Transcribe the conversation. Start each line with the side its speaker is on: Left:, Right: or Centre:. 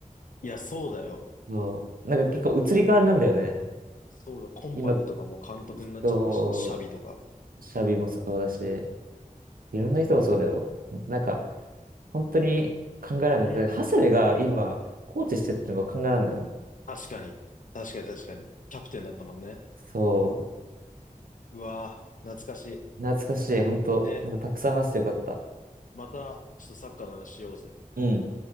Left: いや、そうだよ。
Right: そう、なんか結構移り変わりなんだよね。
Left: そうだ、コンパニーとかも監督になっちゃったし、
Right: 今、そ
Left: シャビとか。
Right: う、シャビもそうだし、いろんな人もそうだよ。なんか、本当に考えられない。
Left: うん。
Right: で、長谷部が今、コーチしてるってのが考えられないもん。
Left: 確かに。確かに確かに。キャプテンだったもんね。
Right: そう。
Left: うわぁ、懐かし
Right: 懐かしい。本当、
Left: い。ね、
Right: なんかたくさん話してよかった。
Left: また、ちょっとサッカーの話しようぜ。
Right: うん。